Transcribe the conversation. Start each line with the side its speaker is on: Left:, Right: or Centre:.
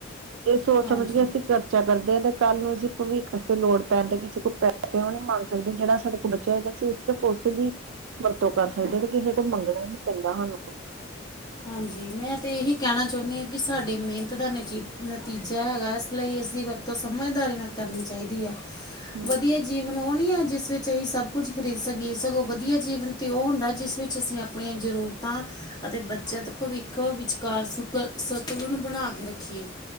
Right: ਜੇ ਸੋਚ
Left: ਹਾਂਜੀ।
Right: ਸਮਝ ਕੇ ਅਸੀਂ ਕਰ ਚਾ ਕਰਦੇ ਆਂ ਤੇ ਕੱਲ ਨੂੰ ਅਸੀਂ ਭਵਿੱਖ ਅਸਤੇ ਲੋੜ ਪੈਨ ਤੇ ਕਿਸੇ ਕੋਲੋ ਪੈਸੇ ਓ ਨਈਂ ਮੰਗ ਸਕਦੇ ਜੇੜਾ ਸਾਡੇ ਕੋ ਬੱਚੇਆ ਹੈਗਾ ਅਸੀ ਉਸੇ ਸਿਰਫ ਉਸੇ ਦੀ ਵਰਤੋਂ ਕਰ ਸਕਦੇ ਆਂ ਤੇ ਕਿਹੇ ਕੋ ਮੰਗਨਾ ਨੀ ਪੈਂਦਾ ਹਾਨੂੰ।
Left: ਹਾਂਜੀ ਮੈਂ ਤੇ ਏਹੀ ਕੈਣਾ ਚੋਨੀਆਂ ਆਂ ਕਿ ਸਾਡੀ ਮੇਨਤ ਦਾ ਨਜੀ-ਨਤੀਜਾ ਹੈਗਾ ਇਸ ਲਈ ਇਸ ਦੀ ਵਰ ਤੋਂ ਸਮਝਦਾਰੀ ਨਾ ਕਰਨੀ ਚਾਈਦੀ ਆ
Right: ਹੂੰ-ਹੂੰ
Left: ਵਦੀਆ ਜੀਵ ਹੁਨ ਓ ਨੀ ਆ ਜਿਸ ਵਿੱਚ ਅਹੀ ਸਬ ਕੁੱਝ ਖਰੀਦ ਸਕੀਏ ਸਗੋਂ ਵਦੀਆ ਜੀਵਨ ਤੇ ਓ ਹੁੰਦਾ ਜਿਸ ਵਿੱਚ ਅਸੀਂ ਆਪ ਆਪਨੀਆਂ ਜ਼ਰੂਰਤਾਂ ਅਤੇ ਜਦ ਭਵਿੱਖ ਵਿਚਕਾਰ ਸੁਤ-ਸਤਲੁਨ ਬਨਾ ਕੇ ਰੱਖੀਏ।